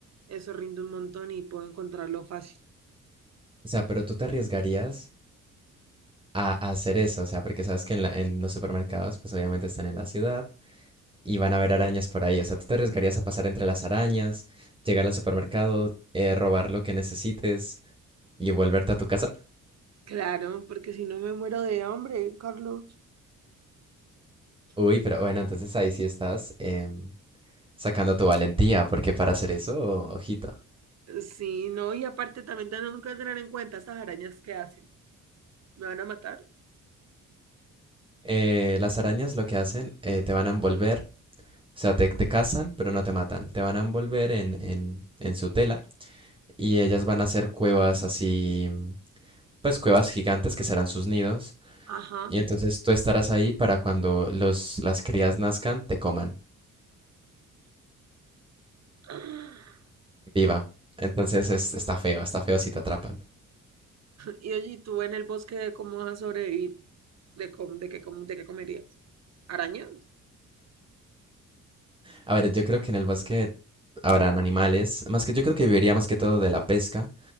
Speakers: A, on the right; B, on the right.
A: eso rinde un montón y puedo encontrarlo fácil.
B: O sea, pero tú te arriesgarías a, a hacer eso, o sea, porque sabes que en, la- en los supermercados, pues obviamente están en la ciudad y van a haber arañas por ahí. O sea, tú te arriesgarías a pasar entre las arañas, llegar al supermercado, eh, robar lo que necesites y volverte a tu casa.
A: Claro, porque si no me muero de hambre, Carlos.
B: Uy,
A: Me-
B: pero bueno, entonces ahí sí estás em, sacando tu valentía, porque para hacer eso, ojito.
A: Sí, no, y aparte también tenemos que tener en cuenta estas arañas que hacen. ¿Me van a matar?
B: Eh, las arañas lo que hacen, eh, te van a envolver, o sea, te, te cazan, pero no te matan. Te van a envolver en, en, en su tela y ellas van a hacer cuevas así, pues cuevas gigantes que serán sus nidos.
A: Ajá.
B: Y entonces tú estarás ahí para cuando los, las crías nazcan, te coman
A: Ah,
B: viva. Entonces es- está feo, está feo si te atrapan.
A: y allí tú en el bosque, ¿cómo vas a sobrevivir? ¿De, com- de, qué, com- de qué comerías? ¿Arañas?
B: A ver, yo creo que en el bosque habrán animales, más que yo creo que viviría más que todo de la pesca,